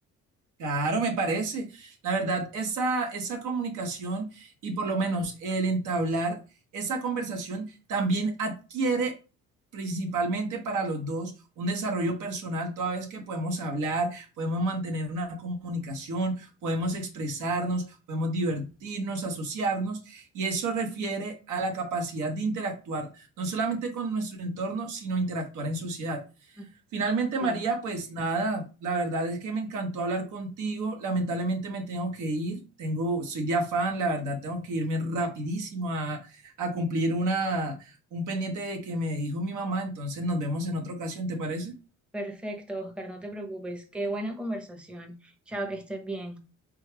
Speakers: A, on the right (about 80°); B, in the centre.
A: Claro, me parece. La verdad, esa, esa comunicación y por lo menos el entablar esa conversación también adquiere principalmente para los dos un desarrollo personal, toda vez que podemos hablar, podemos mantener una comunicación, podemos expresarnos, podemos divertirnos, asociarnos, y eso refiere a la capacidad de interactuar, no solamente con nuestro entorno, sino interactuar en sociedad.
B: Ah,
A: Finalmente,
B: Sí,
A: María, pues nada, la verdad es que me encantó hablar contigo. Lamentablemente me tengo que ir, tengo, soy de afán, la verdad, tengo que irme rapidísimo a, a cumplir una, un pendiente que me dijo mi mamá. Entonces nos vemos en otra ocasión, ¿te parece?
B: perfecto, Oscar, no te preocupes, qué buena conversación. Chao, que estés bien.